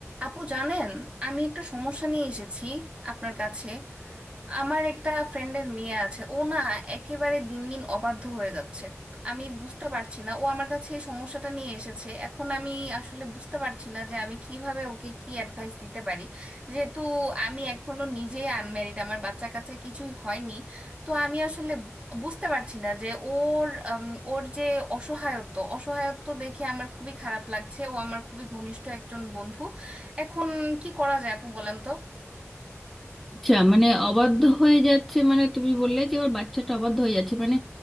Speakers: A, on the right; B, in the centre.
A: আপু জানেন আমি একটা সমস্যা নিয়ে এসেছি আপনার কাছে আমার একটা ফ্রেন্ডের মেয়ে আছে ও না একেবারে দিন দিন অবাধ্য হয়ে যাচ্ছে আমি বুঝতে পারছি না ও আমার কাছে এই সমস্যাটা নিয়ে এসেছে এখন আমি আসলে বুঝতে পারছি না যে আমি কিভাবে ওকে কি অ্যাডভাইস দিতে পারি যেহেতু আমি এখনো নিজে আনম্যারিড আমার বাচ্চা কাচ্চা কিছুই হয়নি তো আমি আসলে বুঝতে পারছি না যে ওর উম, ওর যে অসহায়ত্ব অসহায়ত্ব দেখে আমার খুবই খারাপ লাগছে ও আমার খুবই ঘনিষ্ঠ একজন বন্ধু এখন কি করা যায় আপু বলেন তো
B: আচ্ছা মানে অবাধ্য হয়ে যাচ্ছে মানে তুমি বললে যে ওর বাচ্চাটা অবাধ্য হয়ে যাচ্ছে মানে